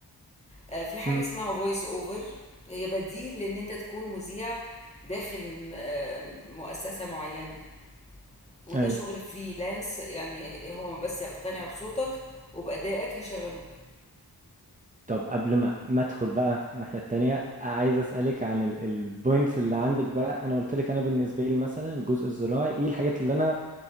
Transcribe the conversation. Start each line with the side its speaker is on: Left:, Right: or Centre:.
Left: آه، في حاجه
Right: مم.
Left: اسمها فويس اوفر هي بديل لان انت تكون مذيع داخل م- آه، مؤسسه معينه وده
Right: ايوه
Left: شغل فريلانس يعني هو بس يقتنع بصوتك وبأدائك يشغلوك
Right: طب قبل ما ما ادخل بقى الناحية التانية عايز اسألك عن البوينتس اللي عندك بقى انا قلت لك انا بالنسبة لي مثلا الجزء الزراعي ايه الحاجات اللي انا